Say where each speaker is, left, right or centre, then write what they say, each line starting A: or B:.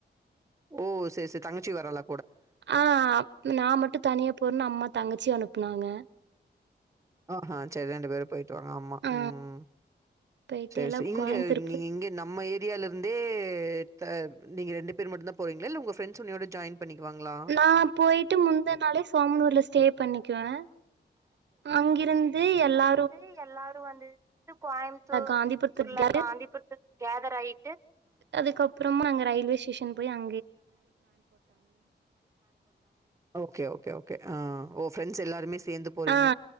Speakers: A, on the right (about 15°); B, on the right (about 75°).
A: ஓ சே சே தங்கச்சி வரால
B: ஆமா நா மட்டு தனியா போறேன்னு அம்மா தங்கச்சிய அனுப்புனாங்க
A: ஆஹா சரி பேரும் போயிட்டு வாங்க ஆமா
B: ஆ
A: ம்
B: போயிட்டு
A: சேரி
B: எல்லா
A: சேரி இங்க
B: கோயம்புத்தூர்
A: நீங்க
B: போய்
A: இங்க நம்ம ஏ ரியாலிருந்தே த நீங்க ரெண்டு பேர் மட்டுந்தா போறீங்களா இல்ல உங்க ஃபிரண்ட்ஸு உன்னோட ஜாயின் பண்ணிக்குவாங்களா?
B: நா போயிட்டு முந்தா நாளே சோமனூர்ல ஸ்டே பண்ணிக்குவே அங்கிருந்து எல்லா
A: வந்து எல்லாரு வந்துட்டு கோயமுத்தூர்ல
B: காந்திபுரத்து
A: காந்திபுரத்து கேதர் ஆயி
B: அதுக்கப்புறமா அங்க ரயில்வே ஸ்டேஷன் போயி அங்
A: ஓகே ஓகே ஓ கே ஆ ஓ ஃபிரெண்ட்ஸ் எல்லாருமே சேந்து போறீங்க
B: ஆ